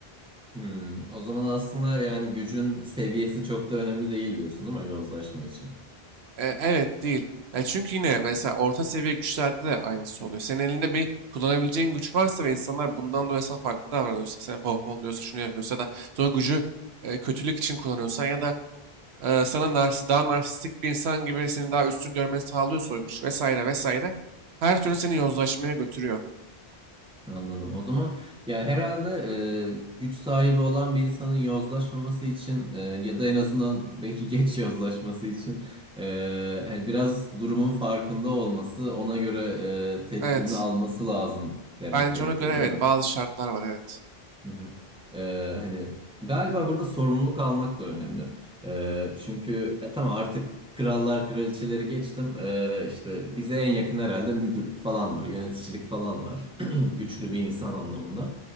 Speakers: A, in the centre; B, on the right.
A: hı, hı. O zaman aslında yani gücün seviyesi çok da önemli değil diyorsun değil mi yozlaşma için?
B: E, evet değil. Ya çünkü yine mesela orta seviye güçlerde de aynısı oluyor. Senin elinde bir kullanabileceğin güç varsa ve insanlar bundan dolayı sana farklı davranıyorsa, seni pohpohluyorsa, şunu yapıyorsa da sonra gücü e, kötülük için kullanıyorsan ya da e, sana narsi, daha narsistik bir insan gibi seni daha üstün görmeni sağlıyorsa o güç vesaire vesaire her türlü seni yozlaşmaya götürüyor.
A: Anladım. O zaman ya herhalde e, güç sahibi olan bir insanın yozlaşmaması için e, ya da en azından belki <laughs> geç yozlaşması için e, hani biraz durumun farkında olması, ona göre e, tedbirini
B: Evet.
A: alması lazım demek
B: Bence
A: gerekiyor,
B: ona göre
A: değil
B: evet
A: mi?
B: bazı şartlar var evet.
A: Hı hı. Ee, hani galiba burada sorumluluk almak da önemli. Ee, çünkü ya tamam artık krallar kraliçeleri geçtim. Ee, işte bize en yakın herhalde müdürlük falan var, yöneticilik falan var. <clears throat> Güçlü bir insan anlamında.